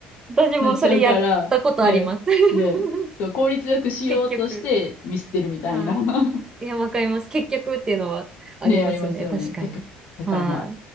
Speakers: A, on the right (about 20°); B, on the left (about 55°).
A: 私もそれやったことあります。
B: なっちゃうから、ね、
A: <laughs>
B: ね、そう、効率よくしようとしてミスってるみたいな
A: 結局。は
B: <laughs>
A: い。いや、わかります。結局っていうのはありますね。
B: ね、ありますよね。
A: 確かに。
B: だから、だからまあ、
A: は